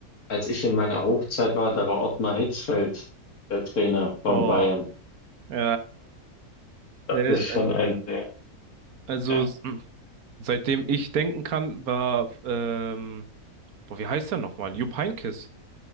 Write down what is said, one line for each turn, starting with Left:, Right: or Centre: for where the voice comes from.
Left: als ich in meiner Hochzeit war, da war Ottmar Hitzfeld der Trainer von
Right: Boah.
Left: Bayern.
Right: Ja.
Left: Das
Right: ja, ja. Äh,
Left: ist schon
Right: äh,
Left: ein sehr,
Right: also
Left: ja,
Right: s- hm. seitdem ich denken kann, war, ähm, boah, wie heißt er nochmal? Jupp Heynckes.